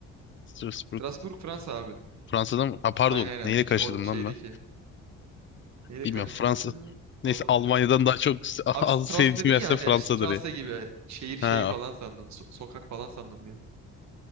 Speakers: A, on the left; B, on the right.
A: Strasbourg
B: Strasbourg Fransa abi.
A: Fransa'da mı? Ha, pardon.
B: Aynen aynen.
A: Neyle
B: Şey,
A: karıştırdım
B: or şeydeki.
A: lan ben?
B: Neyle
A: Bilmiyorum.
B: karıştırdım?
A: Fransa.
B: Allah
A: Neyse Almanya'dan
B: bilemedim.
A: daha çok s-
B: Abi
A: <laughs> az
B: Stras
A: sevdiğim
B: dedin ya
A: yer ise
B: hani
A: Fransa'dır
B: Strasse
A: ya.
B: gibi şehir şeyi
A: Ha,
B: falan sandım. so- sokak falan sandım bir. an.